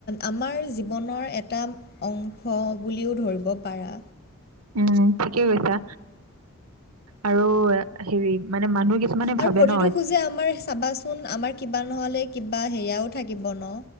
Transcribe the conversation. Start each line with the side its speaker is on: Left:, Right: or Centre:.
Left: আমাৰ জীৱনৰ এটা অংশ খ বুলিও ধৰিব পাৰা
Right: উম, ঠিকে কৈছা আৰু হেৰি মানে মানুহ কিছুমানে
Left: আৰু
Right: ভাবে
Left: প্ৰতিটো
Right: ন
Left: খোজে আমাৰ চাবাচোন আমাৰ কিবা নহলে কিবা হেয়াও থাকিব ন